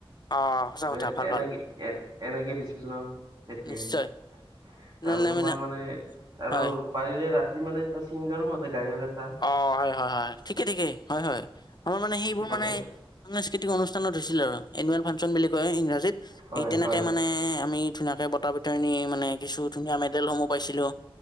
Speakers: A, on the left; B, on the right.
A: অ সঁচা কথা
B: এ
A: ভাল
B: এনেকে
A: ভাল
B: এ এনেকে ডিচিছন তাকে
A: নিশ্চয়
B: আৰু
A: ন- ন- আমি
B: তোমাৰ
A: না-
B: মানে আৰু
A: হয়
B: পাৰিলে ৰাতি মানে ছিংগাৰো মাতে গায়ক এটা।
A: অ' হয়, হয়, হয়, ঠিকে ঠিকেই হয়, হয়, মোৰ মানে সেইবোৰ
B: মাতে।
A: মানে সাংস্কৃতিক অনুষ্ঠানত হৈছিল আৰু এনুৱেল ফাংচন বুলি কয় ইংৰাজীত।
B: হয়
A: এই তেনেকে
B: হয়
A: মানে আমি ধুনীয়াকে বতা বতৰণিৰ মানে কিছু ধুনীয়াঁ মেডেল সমূহ পাইছিলো।